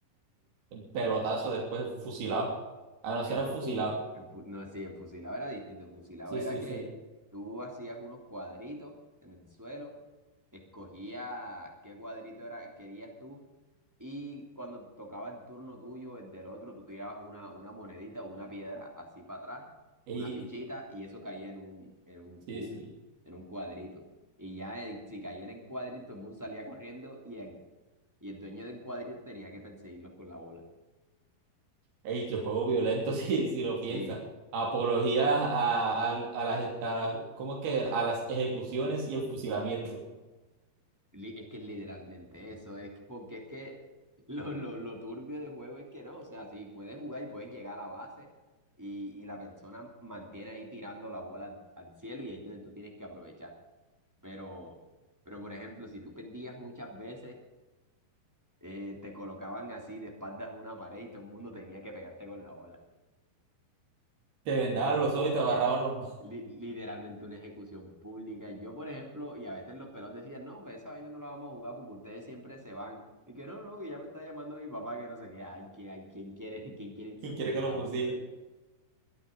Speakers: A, on the right; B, in the centre.
A: Pelotazo después fusilado. Ah, no,
B: En,
A: serán
B: fu-
A: fusilados.
B: uf, en fu- no, sí, en fusilado era distinto. En fusilado
A: Sí,
B: era
A: sí,
B: que
A: sí.
B: tú hacías unos cuadritos en el suelo, escogías qué cuadrito era, querías tú, y cuando tocaba el turno tuyo, el del otro, tú tirabas una, una monedita o una piedra así para atrás,
A: Ey,
B: una fichita, y eso caía en un, en un,
A: sí,
B: cu-
A: sí.
B: en un cuadrito. Y ya el- si caía en el cuadrito, el mundo salía corriendo y el, y el dueño del cuadrito tenía que perseguirlos con la bola.
A: Ey, qué juego violento <laughs> si, si lo piensas.
B: Sí,
A: Apología a, a, a las, a las- ¿cómo es que? A las ejecuciones y el fusilamiento.
B: Li- Es que es literalmente eso, es que- porque es que lo, lo, lo turbio del juego es que no, o sea, sí, puedes jugar y puedes llegar a la base y, y la persona mantiene ahí tirando la bola al, al cielo y ahí es donde tú tienes que aprovechar. Pero, pero por ejemplo, si tú perdías muchas veces, eh, te colocaban así de espaldas a una pared y todo el mundo tenía que pegarte con la bola.
A: Te vendaban los ojos y te agarraban los...
B: li- literalmente una ejecución pública. Yo, por ejemplo, y a veces los pelados decían, no, hombre, esa vaina no la vamos a jugar porque ustedes siempre se van. Y que no, no, que ya me está llamando mi papá, que no sé qué. Ay, que, ay, ¿quién quiere, <laughs> quién quiere irse
A: <laughs> y
B: fusilado?
A: quiere que lo fusilen?